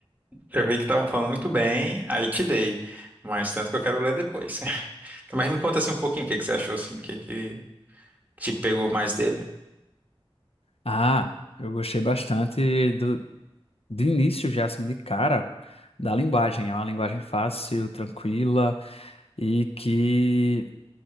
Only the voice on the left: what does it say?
Ah, eu gostei bastante do, de início já assim de cara da linguagem. É uma linguagem fácil, tranquila e que